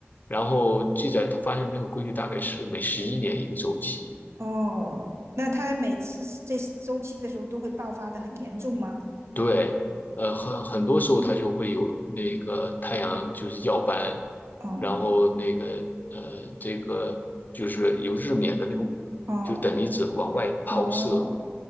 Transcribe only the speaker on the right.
哦，那他每次是这周期的时候都会爆发的很严重吗？
嗯，哦，
哦，
哦，